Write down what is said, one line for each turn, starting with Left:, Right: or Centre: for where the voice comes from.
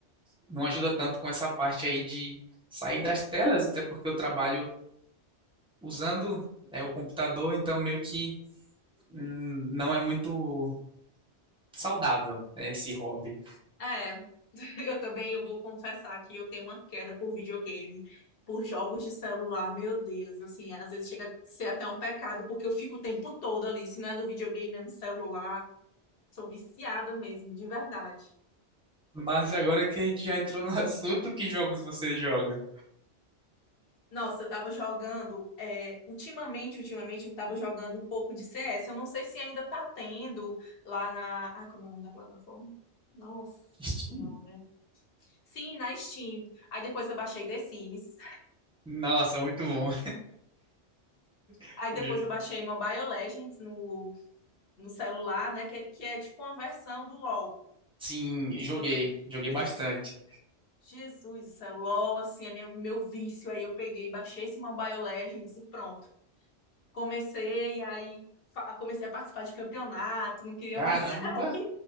Centre: não ajuda tanto com essa parte aí de sair das telas, até porque eu trabalho usando é, o computador, então meio que hum, não é muito saudável, né, esse hobby.
Left: É, <laughs> eu também eu vou confessar que eu tenho uma queda por videogame, por jogos de celular, meu Deus, assim, às vezes chega a ser até um pecado, porque eu fico o tempo todo ali, se não é no videogame, é no celular, sou viciada mesmo, de verdade.
Centre: Mas agora que a gente já entrou no <laughs> assunto, que jogos você joga?
Left: Nossa, eu tava jogando, é, ultimamente, ultimamente eu tava jogando um pouco de CS, eu não sei se ainda tá tendo lá na, ai, como é o nome da plataforma? Nossa
Centre: Steam?
Left: Senhora. Sim, na Steam. Aí depois eu baixei The Sims.
Centre: Nossa, muito bom. <laughs>
Left: Aí depois eu baixei Mobile Legends no, no celular, né? Que, que é tipo uma versão do LoL.
Centre: Sim, joguei,
Left: Eu tam-
Centre: joguei
Left: eu
Centre: bastante.
Left: falei, Jesus, isso é o LoL, assim, é meu, meu vício. Aí eu peguei, e baixei esse Mobile Legends e pronto. Comecei, e aí fa- comecei a participar de campeonato, não queria
Centre: Caramba,
Left: mais. <laughs>